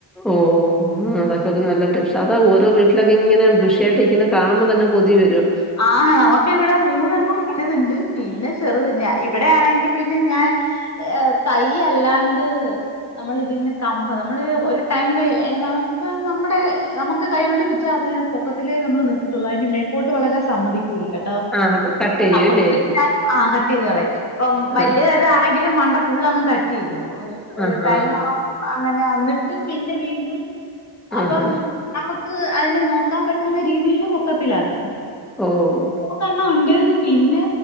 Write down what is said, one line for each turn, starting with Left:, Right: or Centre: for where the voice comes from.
Centre: ഉം ഉം ഇതൊക്കെ ഒരു നല്ല ടിപ്സ് അത ഓരോ വീട്ടിലൊക്കെ ഇങ്ങനെ വൃഷിയായിട്ട് ഇരിക്ക് ണകാണുമ്പോ തന്നെ കൊതി വരും
Left: ആ ഹ് അവക്ക് ഇവിടെ മൂന്നെണ്ണം ഇത്ണ്ട് പിന്നെ ചെറുത് ഞ ഇവിടെ ആണങ്കിപിന്നെ ഞാൻ ഏ യ് തയ്യ് എല്ലാണ്ട് നമ്മൾ ഇതിന്ന് കമ്പ് നമ്മള് ഒരു ടൈം ക നമ്മടെ നമക്ക് കൈകൊണ്ട് പിച്ചാതെ പൊക്കത്തിലേ നമ്മള് നിർത്തും തൊള്ള അതിന്റെ മേപ്പോട്ട് ട്ട് വളരെ സമ്മതിക്കൂല്ല ഇട്ടോ
Centre: ആ കട്ട് ചെയ്യും
Left: നമ്മക്ക്
Centre: അല്ലേ?
Left: ആ കട്ടെയ്ത്കളയും ഇപ്പം വലിയതരുതാണെങ്കിലും
Centre: ആ
Left: മണ്ട ഫുള്ളഅങ്ങ് കട്ട്യ്യും ഒരു
Centre: ആഹാ,
Left: ടൈം ആ അങ്ങനെ ന്നിട്ട് പിന്നെ വീണ്ടും അപ്പം
Centre: ആഹാ.
Left: നമക്ക് അയിനെ നോക്കാൻ പറ്റുന്ന രീതിയിൽന്ന് പൊക്കത്തിലായ് ത്തും
Centre: ഓഹ്
Left: എത്ര എണ്ണം ഉണ്ട് പിന്നെ